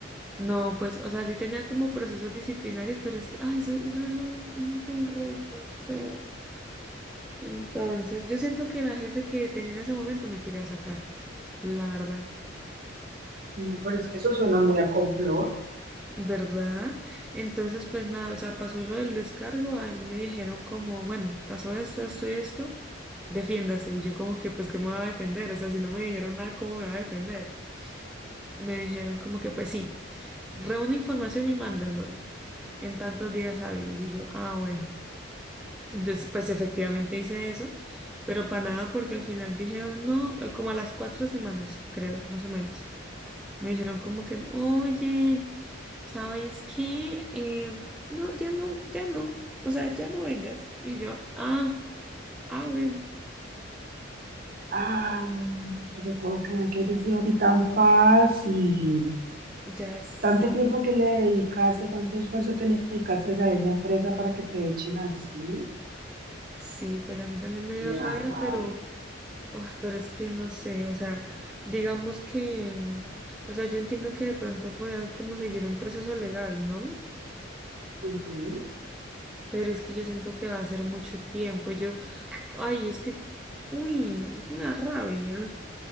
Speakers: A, in the centre; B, on the right.
A: no, pues, o sea, sí tenía como procesos disciplinarios, pero es que, ay, eso, eso es un, eso es un rollo más feo. Entonces, yo siento que la jefe que tenía en ese momento me quería sacar, la verdad.
B: No, pero es que eso suena muy a complot.
A: ¿Verdad? Entonces, pues nada, o sea, pasó lo del descargo, a mí me dijeron como, bueno, pasó esto, esto y esto. defiéndase. Y yo como que, pues, ¿qué me va a defender? O sea, si no me dijeron nada, ¿cómo me va a defender? Me dijeron como que, pues sí, reúne información y mándennosla en tantos días hábiles. Y yo, ah, bueno. Entonces, pues efectivamente hice eso, pero para nada porque al final dijeron, no, eh, como a las cuatro semanas, creo, más o menos. Me dijeron como que, oye, ¿sabes qué? Eh, no, ya no, ya no. O sea, ya no vengas. Y yo, ah, ah, bueno,
B: Ah, pero puedo creer que haya sido así tan fácil.
A: ya
B: Tanto
A: sé.
B: tiempo que le dedicaste, tanto esfuerzo que le dedicaste a esa empresa para que te echen así,
A: Sí, pues a mí también me dio
B: me
A: rabia,
B: da rabia.
A: pero, oh, pero es que no sé, o sea, digamos que, mm, o sea, yo entiendo que de pronto pueda como seguir un proceso legal, ¿no?
B: Ujú.
A: Pero es que yo siento que va a ser mucho tiempo. y Yo, ay, es que, uy, es que me da rabia.